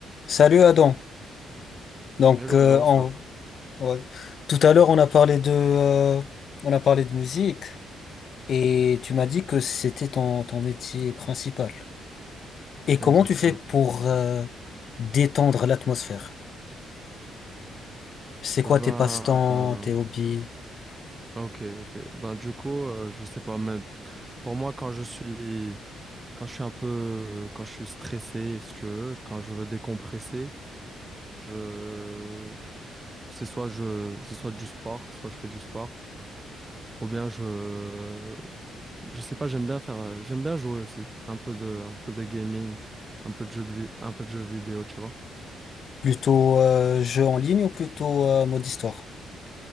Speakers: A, on the left; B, on the right.
A: Salut Adam. Donc
B: Hello,
A: euh,
B: hello,
A: on-
B: ça
A: on- tout à l'heure on a parlé de euh, on a parlé de musique et tu m'as dit que c'était ton, ton métier principal. Et
B: va?
A: comment
B: Exactement.
A: tu fais pour euh, détendre l'atmosphère? C'est quoi
B: Ben,
A: tes passe-temps,
B: euh,
A: tes hobbies?
B: ok, ok. Ben, du coup, euh, je sais pas, mais pour moi, quand je suis, quand je suis un peu, quand je suis stressé, si tu veux, quand je veux décompresser, je, c'est soit je, c'est soit du sport, soit je fais du sport, ou bien je, je sais pas, j'aime bien faire, euh, j'aime bien jouer aussi, un peu de, un peu de gaming, un peu de jeux de vi- un peu de jeux vidéo, tu vois.
A: Plutôt euh, jeux en ligne ou plutôt euh, mode histoire?